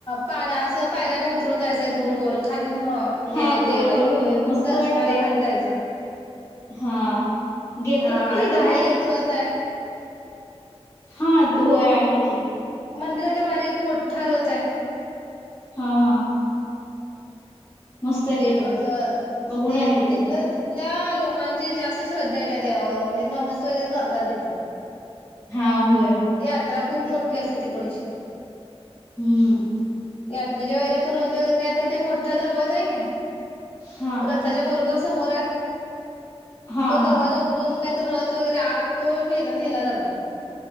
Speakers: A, on the left; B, on the left.
A: पाण्या असं पायऱ्याने उतरून जायचं गोल. गोळखात. खाली
B: हा
A: हे देव
B: गोल
A: आहेत
B: गोल होय मस्त
A: दर्शनाला
B: वाटते
A: खाली जायचं
B: हा गेलत
A: हा
B: तुम्ही
A: आणि
B: तिथं
A: बाहेर
B: खाली
A: एक रथ आहे.
B: हा होय आहे की.
A: मंदिराच्या बाहेर एक मोठा रथ आहे.
B: हा हा. मस्त आहे
A: जे
B: ते पण
A: बस ते
B: बघून आले ते
A: तिथलं
B: पण
A: तिथल्या लोक. लोकांची जास्त श्रद्धा आहे त्या देवावर म्हणजे नवस वगैरे करतात तिथं.
B: हा होय.
A: यात्रा खूप मोठी असते तिकडची.
B: हम्म.
A: यात्रेच्या वळेला तो रथ वगैरे काय ते मोठा दरवाज आहे कणी
B: हा
A: <unintelligible> रथाच्या बरोबर समोर आहे.
B: हा
A: तो
B: हा
A: दरवाजा उघडून काय तर रथ वगैरे आत तो नेला नेला जातो.